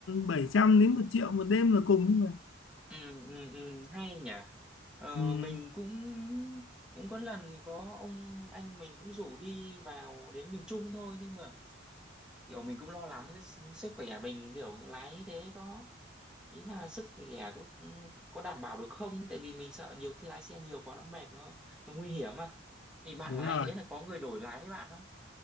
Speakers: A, on the left; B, in the centre.
A: 700 đến một triệu một đêm là cùng thôi mà
B: ừ, ừ, ừ, hay nhỉ. Ờ,
A: ừ,
B: mình cũng cũng có lần có ông anh mình cũng rủ đi vào đến miền Trung thôi nhưng mà kiểu mình cũng lo lắng cho s- sức khỏe mình kiểu lái thế có ý là sức khỏe có, có đảm bảo được không tại vì mình sợ nhiều khi lái xe nhiều quá nó mệt nó nó nguy hiểm mà thì bạn
A: đúng
B: lái
A: rồi
B: thế là có người đổi lái với bạn không